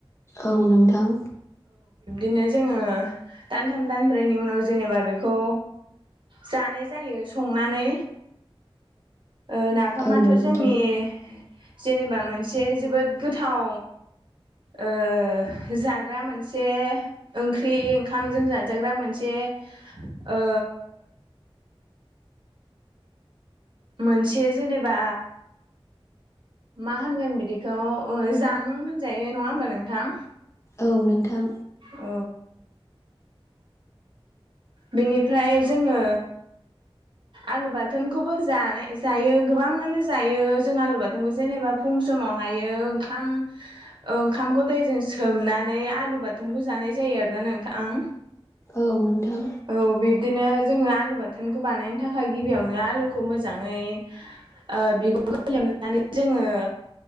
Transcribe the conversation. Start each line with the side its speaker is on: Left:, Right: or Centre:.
Left: औ नोंथां।
Right: बिदिनो जोङो दानथाम दान ब्रैनि उनाव जेनेबा बेखौ जानाय जायो संनानै ओ नाफामाथ'
Left: औ नोंथां
Right: जोंनि जेनेबा मोनसे जोबोद गोथाव ओ जाग्रा मोनसे ओंख्रि ओंखाम जों जा जाजाग्रा मोनसे ओ मोनसे जेनेबा मा होनगोन बिदिखौ जामुं होनजायो नङा होमबा नोंथां
Left: औ नोंथां
Right: औ बेनिफ्राय जोङो आलु बाथोनखौबो जा नाय जायो गोबाङानो जायो जों आलुबाथोनबो जेनेबा फुं समावहायो ओंखाम ओंखामखौ दैजों सो सोमनानै आलु बाथो थोनखौ जानाय जायो आरोना नोंथां
Left: औ नोंथां
Right: औ बिबदिनो जोङो आलु बाथोन खौ बानायनो थाखाय गिबियावनो आलुखौ मोजाङै ओ बिगुरखौ लेमनानै जोङो